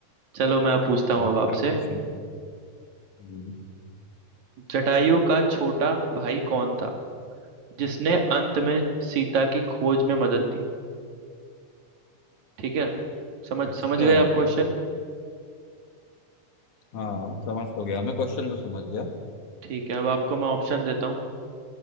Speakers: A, on the right (about 70°); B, on the left (about 80°).
A: चलो मैं पूछता हूँ
B: बहुत
A: अब
B: ही
A: आपसे
B: टफ क्वेश्चन था हम्म।
A: जटायु का छोटा भाई कौन था जिसने अंत में सीता की खोज में मदद दी ठीक है समझ
B: अच्छा
A: समझ गए आप क्वेश्चन
B: हाँ समझ तो गया मैं क्वेश्चन तो समझ गया
A: ठीक है अब आपको मैं ऑप्शन देता हूँ